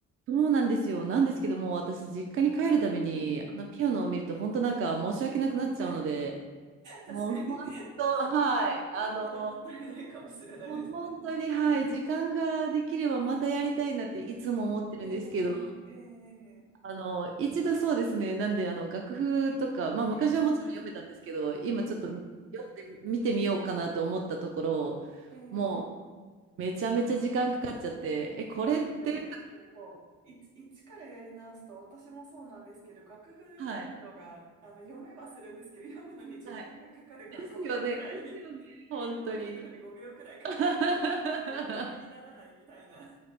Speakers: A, on the right (about 45°); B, on the right (about 75°).
A: そうなんですよ。なんですけども、私、実家に帰るたびに、
B: ええ。
A: あのピアノを見ると、本当なんか申し訳なくなっちゃうので、
B: <laughs> 確かに
A: もう本当、はい。あの
B: ちょっともったいないかもしれないですね。
A: もう本当に、はい、時間ができればまたやりたいなっていつも思ってるんですけど、
B: うん、ええ
A: あの、一度そうですね、なんで、あの、楽譜とか、まあ昔はもちろん読めたんですけど、
B: ええええ
A: 今ちょっと読んで見てみようかなと思ったところ、
B: ええええ
A: もうめちゃめちゃ時間かかっちゃって、え、これって、
B: そうですよね。結構、一、一からやり直すと、私もそうなんですけど、楽譜読むのが、
A: はい、
B: あの、読めはするんですけど、読むのに時間がかかるから5秒くらい、
A: はい、ですよね、ですよね、
B: <laughs> 次の音に行くのに5秒くらいかかると、
A: 本当に。<laughs>
B: 曲にならないみたいな。<laughs>